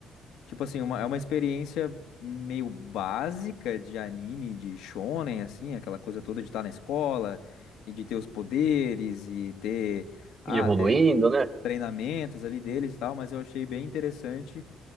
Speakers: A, on the left; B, on the right.
A: Tipo assim, uma, é uma experiência meio básica de anime, de shonen, assim, aquela coisa toda de estar na escola e de ter os poderes e ter, ah,
B: E evoluindo,
A: ter
B: né?
A: treinamentos ali deles e tal, mas eu achei bem interessante